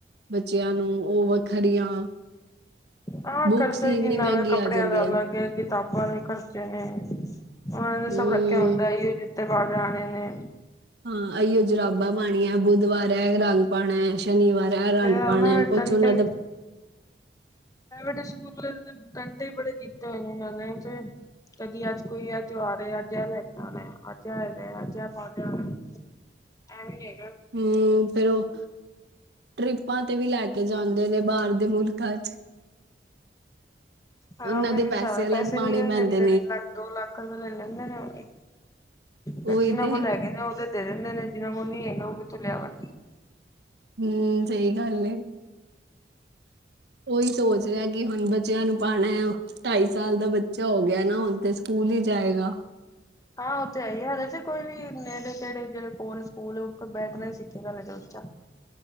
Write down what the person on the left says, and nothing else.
ਹਾਂ
ਖਰਚਾ
ਕਿੰਨਾ
ਵਾ ਕੱਪੜਿਆਂ
ਦਾ ਅਲੱਗ ਹੈ। ਕਿਤਾਬਾਂ ਦੇ ਖਰਚੇ ਨੇ ਉਹਨਾਂ ਨੇ
ਸਭ ਰੱਖ ਆਉਂਦਾ ਇਹ ਜੁਤੇ ਪਾਕੇ ਆਣੇ ਨੇ,
ਫੇਰ
ਉਹਨਾਂ ਨੇ
ਟੰਟੇ
ਪ੍ਰਾਈਵੇਟ ਸਕੂਲ ਡੰਟੇ ਹੀ ਬੜੇ ਕੀਤੇ ਉਹਨਾਂ ਨੇ, ਕਦੀ ਅੱਜ ਕੋਈ ਇਹ ਤਿਉਹਾਰ ਅੱਜ ਇਹ ਲੈ ਜਾਣਾ ਅੱਜ ਇਹ ਹੈਗਾ ਅੱਜ ਇਹ ਪਾ ਕੇ ਆ ਨਾ, ਐ ਨੀ ਹੈਗਾ,
ਹਾਂ
ਫੇਰ
ਇਸ ਹਿਸਾਬ ਨਾ
ਪੈਸੇ
ਵੀ
ਲੈਂਦੇ ਨੇ ਲੱਖ ਦੋ ਲੱਖ ਰੁਪਏ ਲੈ ਲੈਂਦੇ ਨੇ
ਫੇਰ ਜਿਨਾਂ
ਕੋਲ ਹੈਗੇ ਨੇ ਉਹ ਤਾਂ ਦੇ ਦਿੰਦੇ ਨੇ ਜਿਹਨਾਂ ਕੋਲ ਨੀ ਹੈਗੇ ਉਹ ਕਿੱਥੋਂ ਲਿਆਵਨ
ਹਾਂ ਉਹ ਤੇ ਹੈ ਹੀ ਹਲੇ ਚ ਕੋਈ ਵੀ ਨੇੜੇ ਤੇੜੇ ਜਿਹੜੇ ਕੋਲ ਸਕੂਲ ਉੱਥੇ ਬੈਠਣਾ ਹੀ ਸੀ ਕੀ ਗੱਲ ਜੋ ਬੱਚਾ